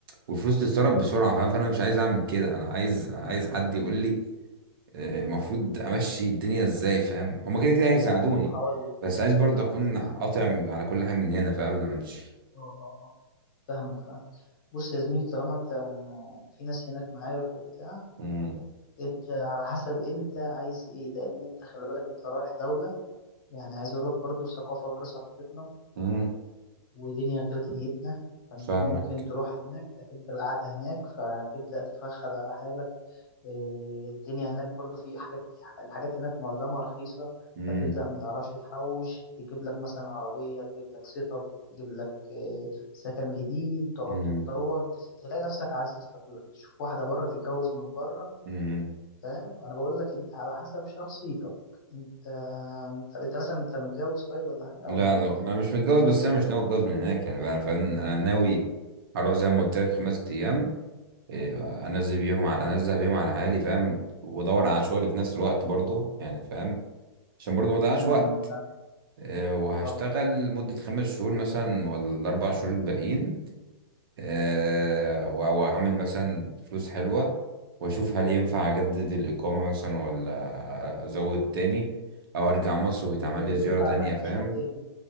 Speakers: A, on the right; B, on the left.
A: والفلوس تتصرف بسرعة فاهم فانا مش عايز اعمل كده انا عايز عايز حد يقول لي آه، المفروض امشي الدنيا ازاي فاهم هما كده كده هيساعدوني
B: ما هقول
A: بس عايز برضه
B: انا
A: اكون
B: هقول لك
A: قاطع
B: هنا
A: على كل حاجه من هنا فقبل ما امشي
B: اه اه اه فاهمك فاهم بص يا زميلي طالما انت في ناس هناك معارف وبتاع
A: امم
B: انت على حسب انت عايز ايه لان انت خلي بالك انت رايح دولة يعني عايز اقول لك برضو ثقافة غير ثقافتنا
A: امم
B: ودنيا غير دنيتنا فانت
A: فاهمك
B: ممكن تروح هناك تحب القعدة هناك فتبدأ تفخد على حالك إيه، الدنيا هناك برضو في حاجات الحاجات هناك معظمها رخيصة
A: امم
B: فتبدأ متعرفش تحوش تجيب لك مثلا عربية تجيب لك سيت اب تجيب لك إيه، سكن جديد تقعد
A: امم
B: تتطور تس- تلاقي نفسك عايز تستقر تشوف واحدة بره تتجوز من بره
A: امم
B: فاهم انا بقول لك انت على حسب شخصيتك انت طب انت مثلا انت متجوز طيب ولا حاجه
A: لا
B: او مخاطب
A: انا أنا مش متجوز بس انا مش ناوي اتجوز من هناك يعني بقى انا فعلا انا ناوي هروح زي ما قلت لك خمس ايام إيه، انزل بيهم على انزل بيهم على حالي فاهم وادور على شغل في نفس الوقت برضه يعني فاهم عشان برضه ما اضيعش
B: امم
A: وقت إيه، وهشتغل
B: طبعا آه.
A: مدة خمس شهور مثلا ولا الأربع شهور الباقيين آه، وأ- واعمل مثلا فلوس حلوة واشوف هل ينفع اجدد الاقامة مثلا ولا ازود تاني او ارجع مصر ويتعمل
B: انت لو
A: لي زيارة
B: لقيت
A: تانية
B: عامه
A: فاهم
B: شغل هناك